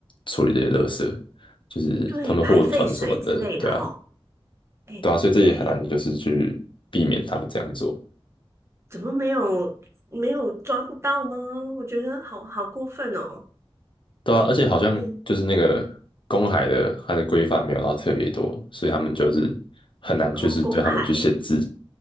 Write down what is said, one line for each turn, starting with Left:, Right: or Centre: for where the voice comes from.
Left: 处理这些垃圾，就是他们货船什么的，
Right: 哎，对，排废水之类的哈。
Left: 对啊，
Right: 哎，
Left: 对啊，
Right: 对对对，
Left: 所以这也很难就是去避免他们这样做，
Right: 怎么没有没有抓不到吗？我觉得好好过分哦。
Left: 对啊，而且好像就是那个公海的它的规范没有到特别多，
Right: 对，
Left: 所以他们就是很难就是对他们去限制，
Right: 哦，公海。